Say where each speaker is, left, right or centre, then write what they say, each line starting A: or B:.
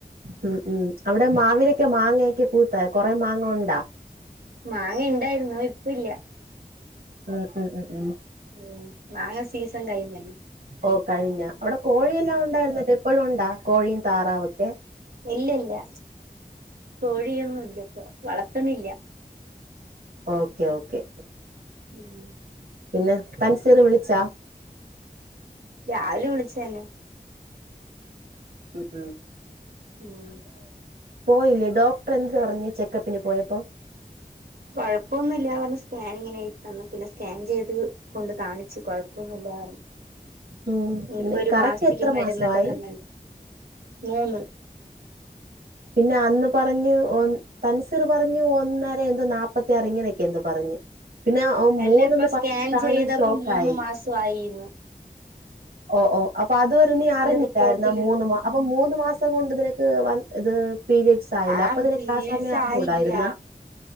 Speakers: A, on the right; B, on the right.
A: മ്മ് മ്മ് അവിടെ മാവിലൊക്കെ മാങ്ങയൊക്കെ പൂത്താ കൊറേ മാങ്ങ ഒണ്ടാ
B: മാങ്ങ ഇണ്ടായിരുന്നു ഇപ്പ ഇല്ല
A: മ്മ് മ്മ് മ്മ് മ്മ്
B: മ്മ് മാങ്ങ സീസൻ കൈഞല്ലെ
A: ഓ കഴിഞ്ഞ അവിടെ കോഴിയെല്ലാം ഒണ്ടായിരുന്നല്ലേ ഇപ്പോഴുണ്ടാ കോഴിയും താറാവൊക്കെ
B: ഇല്ല ഇല്ല കോഴിയൊന്നും ഇല്ല ഇപ്പോ വളർത്ത്ണില്ല
A: ഓക്കെ ഓക്കേ
B: മ്മ്
A: പിന്നെ തൻസീറ് വിളിച്ചാ
B: രാവിലെ വിളിച്ചേന്നെ
A: മ്മ് മ്മ്
B: മ്മ്
A: പോയില്ലേ ഡോക്ടർ എന്ത് പറഞ്ഞു ചെക്കപ്പിന് പോയപ്പം
B: കൊഴപ്പൊന്നില്ല പറഞ്ഞ് സ്കാനിങ്ങിന് എഴുതി തന്നു പിന്നെ സ്കാൻ ചെയ്ത് കൊണ്ട് കാണിച്ചു കൊഴപ്പൊന്നുല്ല
A: ഉം
B: ഇനിയിപ്പം ഒരു
A: കറക്റ്റ്
B: മാസത്തേക്ക്
A: എത്ര
B: മരുന്നൊക്കെ
A: മാസമായി
B: തന്ന്ണ്ട് മൂന്ന്
A: പിന്നെ അന്ന് പറഞ്ഞു ഒന്ന് തൻസീർ പറഞ്ഞു ഒന്നര എന്തോ നാപ്പത്തിയാറ് ഇങ്ങനെയൊക്കെ എന്തോ പറഞ്ഞ് പിന്നെ
B: അല്ല
A: മൂന്നന്ന്
B: അപ്പം സ്കാൻ
A: പറഞ്ഞിട്ടാണ്
B: ചെയ്തപ്പം
A: ഷോക്കായി
B: മൂന്ന് മാസം ആയിന്ന്
A: ഓ ഓ അപ്പം അതുവരെ നീ അറിഞ്ഞില്ലായിരുന്നോ
B: റിപ്പോർട്ടില്
A: മൂന്ന് മാ അപ്പം മൂന്ന് മാസം കൊണ്ട് നിനക്ക് വ ഇത് പീരിഡ്സ് ആയില്ല
B: ആ
A: അപ്പം നിനക്ക്
B: പീരീഡ്സ്
A: ആ സമയം അറിഞ്ഞൂടായിരുന്ന
B: ആയില്ല